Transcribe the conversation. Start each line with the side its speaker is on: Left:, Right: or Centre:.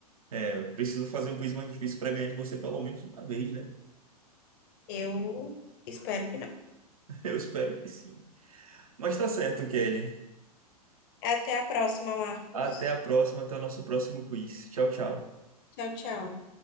Right: É, Eu preciso fazer um quiz mais difícil para ganhar de você pelo menos uma vez, né?
Left: Eu espero que não.
Right: <laughs> Eu espero que sim. Mas tá certo, Kelly.
Left: Até a próxima, Marcos.
Right: Até a próxima, até o nosso próximo quiz. Tchau, tchau.
Left: Tchau, tchau.